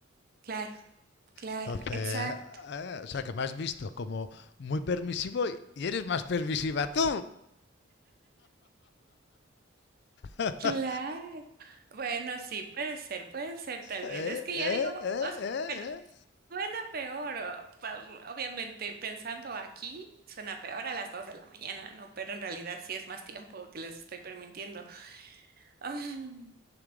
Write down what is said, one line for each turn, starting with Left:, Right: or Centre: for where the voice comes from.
Right: claro, claro,
Left: Entonces,
Right: exacto,
Left: eh, o sea, que me has visto como muy permisivo y y eres más permisiva tú. <laughs>
Right: claro. Bueno, sí, puede ser, puede ser tal
Left: ¿Eh?
Right: vez. Es que
Left: ¿Eh?
Right: ya digo,
Left: ¿Eh?
Right: os-
Left: ¿Eh?
Right: bueno,
Left: ¿Eh?
Right: suena peor, o- pa- obviamente pensando aquí. Suena peor a las 2 de la mañana, ¿no? Pero en realidad sí es más tiempo que les estoy permitiendo. Am,